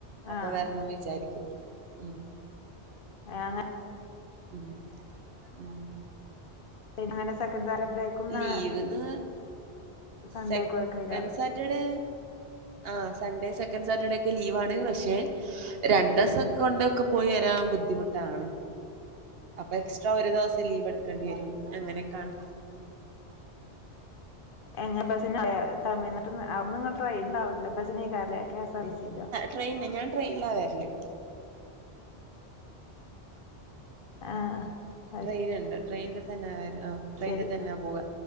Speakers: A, on the right; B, on the left.
A: അപ്പൊ
B: ആഹ്
A: വരണംന്ന് വിചാരിക്കുന്നു. ഉം!
B: <unintelligible>
A: ഉം ഉം
B: അങ്ങനെ സെക്കൻഡ് സാറ്റർഡേക്കും
A: ലീവ്ന്ന്
B: ആഹ് സൺഡെക്കും
A: സെക്കൻഡ്
B: ആയ് ആകാരം
A: സാറ്റർഡേ ആഹ് സൺഡേ സെക്കൻഡ് സാറ്റർഡേ ഒക്കെ ലീവാണ്. പക്ഷെ? രണ്ടു ദിവസംക്കെ കൊണ്ട്ക്കെ പോയി വരാൻ ബുദ്ധിമുട്ടാണ്. അപ്പൊ എക്സ്ട്രാ ഒരു ദിവസം ലീവ് എടുക്കേണ്ടി വരും. അങ്ങനൊക്കാണ്.
B: എങ്ങനെ ബസിനല്ലെ. തമിഴ്നാട്ടിന്ന് അവിടുന്നിങ്ങോട്ട് ട്രെയിൻണ്ടാവുല്ലോ. ബസിനല്ലെ കെ എസ് ആർ ടി സിലോ?
A: ട്രയിന്. ഞൻ ട്രയിനിലാ വരല്!
B: ആഹ് അത്
A: ട്രെയിനുണ്ട്. ട്രെയിനിൽ തന്നാ ട്രെയിനിൽ
B: ശരി
A: തന്നാ പോവ